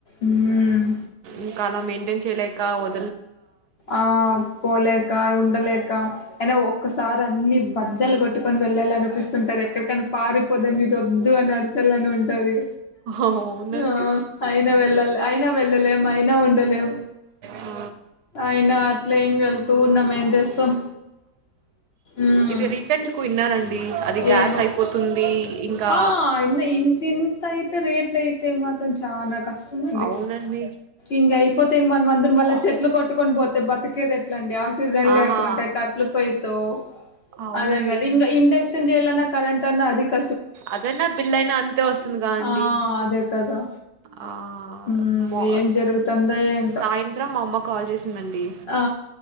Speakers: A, on the left; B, on the right.
A: ఉమ్
B: ఇంకా అలా మెయింటైన్ చేయలేక వ <inaudible>
A: ఆ పోలేక ఉండలేక అయినా ఒక్కసారి అన్ని బద్దలు కొట్టుకొని వెళ్ళాల అనిపిస్తుంటది ఎక్కడికైనా పారిపోదా ఇది వద్దు అని అడచాలని ఉంటది
B: అవునండి
A: ఆ అయిన వెళ్ళ అయినా వెళ్ళలేం అయినా ఉండలేం
B: ఆ
A: అయినా అట్లే ఏం వెళ్తూ ఉన్నాం ఏం చేస్తాం ఉమ్
B: ఇది రీసెంట్ కు ఇన్నారండి అది గ్యాస్
A: ఏమి
B: అయిపోతుంది ఇంకా
A: ఆ ఇ ఇంత ఇంత యితే రేట్ల యితే మ చాలా కష్ట ష్టం అండి
B: అవునండి
A: ఇంక అయిపోతే ఇంక మనమ అందరం మళ్ళ చెట్లు కొట్టుకని పోతే బతకేది ఎట్లా అండి ఆక్సిజన్
B: ఆహా
A: లేకుంటే కట్లు పోయితో
B: అవునండి
A: అదే కద ఇంకా ఇండక్షన్ చేయాలనా కరెంట్ అధిక
B: అదనా బిల్ అయినా అంతే వస్తుందిగా అండి
A: ఆ అదే కదా
B: ఆ
A: మ్
B: మ
A: ఏం జరుగుతందో ఏంటో
B: సాయంత్రం మా అమ్మ కాల్ చేసిందండి
A: ఆ